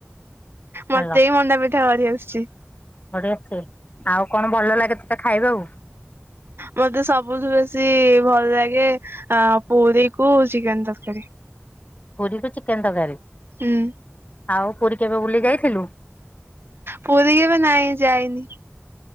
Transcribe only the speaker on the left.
ଭଲ
ପରି ଅଛି ଆଉ କଣ ଭଲ ଲାଗେ ତତେ ଖାଇବାକୁ।
ପୁରୀକୁ ଚିକେନ୍ ତରକାରୀ।
ଆଉ ପୁରୀ କେବେ ବୁଲି ଯାଇଥିଲୁ।